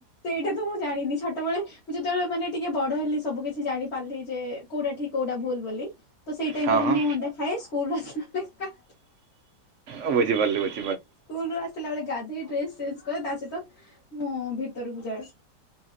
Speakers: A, on the left (about 35°); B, on the right (about 60°).
A: ସେଇଟା ତ ମୁଁ ଜାଣିନି ଛୋଟବେଳେ ମୁଁ ଯେତେବେଳେ ମାନେ ଟିକେ ବଡ ହେଲି ସବୁ କିଛି ଜାଣି ପାରିଲି ଯେ କୋଉଟା ଠିକ୍ କୋଉଟା ଭୁଲ ବୋଲି ତ ସେଇ ଟାଇମ୍
B: ହଁ
A: ରେ
B: ହଁ
A: ମୁଁ ଅଣ୍ଡା ଖାଏ ସ୍କୁଲରୁ ଆସିଲା
B: ମୁଁ ବୁଝିିପାରିଲି ବୋଲି।
A: ସ୍କୁଲୁରୁ ଆସିଲା ବେଳେ ଗାଧୋଇ ଡ୍ରେସ୍ ଚେଞ୍ଜ କରେ ତା ସହିତ ମୁଁ ଭିତରକୁ ଯାଏ।